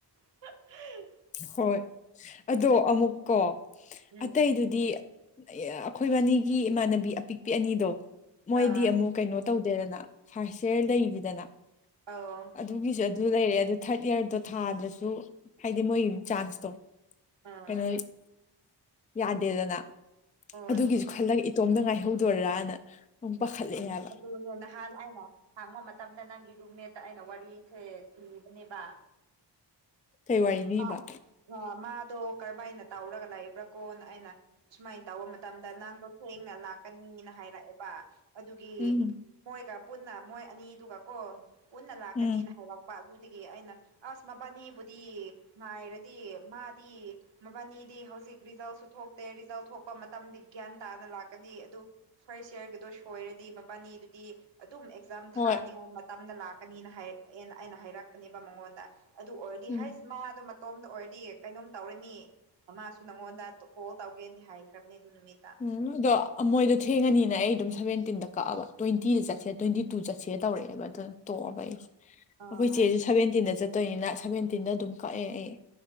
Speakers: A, on the right (about 85°); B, on the left (about 20°).
A: <inaudible>
B: ꯍꯣꯏ ꯑꯗꯣ ꯑꯃꯨꯛꯀꯣ
A: ꯎꯝ
B: ꯑꯇꯩꯗꯨꯗꯤ ꯑꯩꯈꯣꯏꯕꯥꯅꯤꯒꯤ ꯏꯃꯥꯟꯅꯕꯤ ꯑꯄꯤꯛꯄꯤ ꯑꯅꯤꯗꯣ ꯃꯣꯏꯗꯤ
A: ꯑꯥ
B: ꯑꯃꯨꯛ ꯀꯩꯅꯣ ꯇꯧꯗꯣꯏꯅ ꯐꯔꯔ
A: ꯎꯝ
B: ꯂꯩꯔꯤꯗꯅ ꯑꯠ
A: ꯑꯧ
B: ꯑꯗꯨꯒꯤꯁꯨ ꯑꯗꯨ ꯂꯩꯔꯦ ꯑꯗꯨ ꯊꯥꯔꯠ ꯏꯌꯥꯔꯗꯣ ꯊꯥꯗꯁꯨ ꯗꯤ ꯃꯣꯏ ꯆꯥꯟꯁꯇꯣ
A: ꯑꯥ
B: ꯀꯩꯅꯣ ꯌꯥꯗꯦꯗꯅ
A: ꯍꯣꯏ
B: ꯑꯗꯨꯒꯤꯁꯨ ꯈꯜꯂꯒ ꯏꯇꯣꯝꯇ ꯉꯥꯏꯍꯧꯗꯣꯏꯔꯅ ꯑꯗꯨꯝ ꯄꯥꯈꯠꯂꯛꯑꯦꯕ
A: <unintelligible> ꯅꯍꯥꯟ ꯑꯩꯅꯥ ꯍꯥꯡꯕ ꯃꯇꯝꯗ ꯅꯪꯒꯤ ꯔꯨꯝꯃꯦꯠꯇ ꯑꯩꯅ ꯋꯥꯔꯤꯁꯦ ꯂꯤꯕꯅꯦꯕ
B: ꯀꯩ ꯋꯥꯔꯤ ꯂꯤꯔꯤꯕꯥ
A: ꯑꯥ ꯑ ꯃꯥꯗꯣ ꯀꯔꯝꯕꯥꯥꯏꯅ ꯇꯧꯔꯒ ꯂꯩꯏꯕ꯭ꯔꯥ ꯀꯣꯟꯅ ꯑꯩꯅ ꯁꯨꯃꯥꯏꯅ ꯇꯧꯕ ꯃꯇꯝꯗ ꯅꯪꯗꯣ ꯊꯦꯡꯅ ꯂꯥꯛꯀꯅꯤꯅ ꯍꯥꯏꯔꯛꯑꯦꯕ ꯑꯗꯨꯒꯤ
B: ꯎꯝ
A: ꯃꯣꯏꯒ ꯄꯨꯟꯅ ꯃꯣꯏ ꯑꯅꯤꯗꯨꯒ ꯀꯣ ꯄꯨꯟꯅ ꯂꯥꯛꯀꯅꯤꯅ
B: ꯎꯝ
A: ꯍꯥꯏꯔꯛꯄ ꯑꯗꯨꯗꯒꯤ ꯑꯩꯅ ꯑꯁ ꯃꯕꯥꯅꯤꯕꯨꯗꯤ ꯉꯥꯏꯔꯗꯤ ꯃꯥꯗꯤ ꯃꯕꯥꯅꯤꯗꯤ ꯍꯧꯖꯤꯛ ꯔꯤꯖꯜꯁꯨ ꯊꯣꯛꯇꯦ ꯔꯤꯖꯜ ꯊꯣꯛꯄ ꯃꯇꯝꯗꯤ ꯒ꯭ꯌꯥꯟ ꯇꯥꯅ ꯂꯥꯛꯀꯅꯤ ꯑꯗꯨ ꯐꯥꯔꯁ ꯌꯔꯒꯤꯗꯣ ꯁꯣꯏꯔꯗꯤ ꯃꯕꯥꯅꯤꯗꯨꯗꯤ ꯑꯗꯨꯝ ꯑꯦꯛꯖꯥꯝ
B: ꯍꯣꯏ
A: ꯊꯥꯅꯤꯉꯥꯏ ꯃꯇꯝꯗ ꯂꯥꯛ ꯀꯅꯤꯅ ꯍꯥꯏ ꯑꯦꯅꯥ ꯑꯩꯅ ꯍꯥꯏꯔꯛꯄꯅꯦꯕ ꯃꯉꯣꯟꯗ ꯑꯗꯨ ꯑꯣꯏꯔꯗꯤ
B: ꯎꯝ
A: ꯍꯥꯏꯁ ꯃꯥꯗꯣ ꯃꯇꯣꯝꯗ ꯑꯣꯏꯔꯗꯤ ꯀꯩꯅꯣꯝ ꯇꯧꯔꯅꯤ ꯃꯥꯁꯨ ꯅꯪꯉꯣꯟꯗ ꯀꯣꯜ ꯇꯧꯒꯦꯗꯤ ꯍꯥꯏꯈ꯭ꯔꯕꯅꯦ ꯑꯗꯨ ꯅꯨꯃꯤꯠꯇ
B: ꯎꯝ ꯑꯗꯣ ꯃꯣꯏꯗ ꯊꯦꯡꯉꯅꯤꯅ ꯑꯩ ꯑꯗꯨꯝ ꯁꯚꯦꯟꯇꯤꯟꯗ ꯀꯛꯑꯕ ꯇ꯭ꯋꯦꯟꯇꯤꯗ ꯆꯠꯁꯦ ꯇ꯭ꯋꯦꯟꯇꯤ ꯇꯨ ꯆꯠꯁꯦ ꯇꯧꯔꯛꯑꯦꯕ ꯑꯗꯨꯅ ꯇꯣꯛꯑꯕ ꯑꯩꯁ
A: ꯑ
B: ꯑꯩꯈꯣꯏ ꯆꯦꯁꯤ ꯁꯚꯦꯟꯇꯤꯟꯗ ꯆꯠꯇꯣꯏꯅꯤꯅ ꯁꯚꯦꯟꯇꯤꯟꯗ ꯑꯗꯨꯝ ꯀꯛꯑꯦ ꯑꯩ